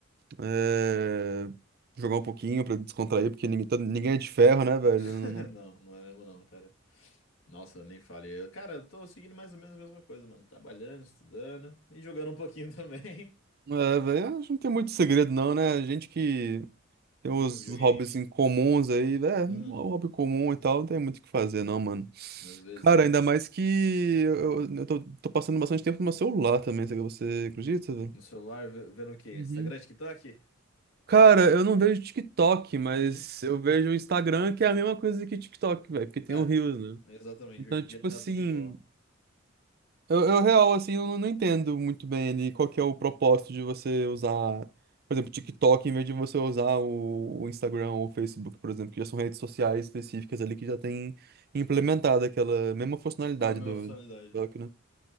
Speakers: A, on the right (about 50°); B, on the left (about 80°).
A: é... jogar um pouquinho pra descontrair, porque ninguém, todo- ninguém é de ferro, né, velho?
B: <laughs>
A: Não,
B: não, não é mesmo não, cara. Nossa, eu nem falei. Eu- Cara, eu tô seguindo mais ou menos a mesma coisa, mano. Trabalhando, estudando e jogando um pouquinho <laughs> também.
A: não... É, velho, acho que não tem muito segredo, não, né? Gente que Tem uns
B: Curti um videogame.
A: hobbies incomuns aí, é, um
B: Uhum.
A: hobby comum e tal, não tem muito o que fazer, não, mano.
B: Às vezes,
A: Cara, ainda mais que eu, eu eu tô, tô passando bastante tempo no meu celular também, sabe? você acredita, velho?
B: no celular, ve- vendo o quê?
A: Uhum.
B: Instagram, TikTok?
A: Cara, eu não vejo TikTok, mas
B: Uhum.
A: eu vejo o Instagram, que é a mesma coisa que TikTok, velho, porque tem
B: É,
A: o Reels, né?
B: exatamente.
A: Então,
B: Hoje em
A: tipo
B: dia tá
A: assim.
B: muito igual.
A: Eu, eu real, assim, eu não, não entendo muito bem ali qual que é o propósito de você usar, por exemplo, TikTok em vez de você usar o, o Instagram ou o Facebook, por exemplo, que já são redes sociais específicas ali que já tem implementado aquela mesma funcionalidade
B: A mesma
A: do
B: funcionalidade,
A: do
B: né?
A: TikTok, né?